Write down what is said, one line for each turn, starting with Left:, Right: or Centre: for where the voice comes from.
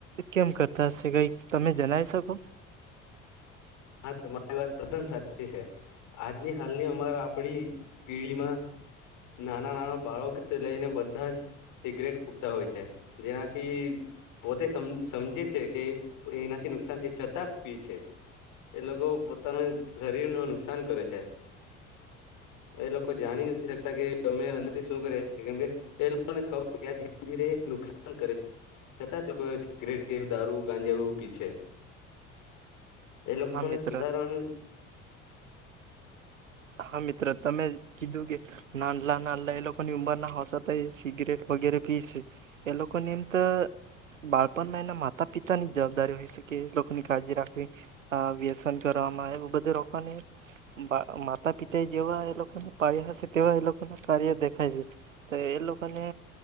Right: કેમ કરતા હશે કઈ તમે જેનાઇ શકો?
Left: હા તમારી વાત તદ્દન સાચી છે, આજની હાલની અમારા આપડી પેઢીમાં, નાના નાના બાળક લઈને બધા જ, સિગરેટ ફૂકતા હોય છે, જેનાથી પોતે સમ સમજે છે કે એનાથી નુકસાન છે છતાં પી છે. એ લોકો પોતાના શરીર નુ નુકસાન કરે છે, એ લોકો જાણી નથી શકતા કે અમે એનાથી શું કરીએ કેમકે, એ લોકોને ખબર કે આ ધીરે ધીરે નુકસાન કરે છે, છતાં તે સિગરેટ, કે દારૂ ગાંજાવું પીછે લોકોને
Right: હા મિત્ર
Left: સુધારવાનું
Right: હા મિત્ર તમે કીધું કે નાનલા નાનલા એ લોકોની ઉંમરના હોસાતા એ સિગરેટ વગેરે પી છે, એ લોકોને એમ તો બાળપણમાં એના માતા પિતા ની જવાબદારી હોય છે, કે એ લોકોની કાળજી રાખવી અ વ્યસન કરવામાં બધે રોકવાની માગ માતા પિતા એ જેવા એ લોકોને પાડ્યા હશે તેવા એ લોકોને કાર્ય દેખાય છે, તો એ લોકોને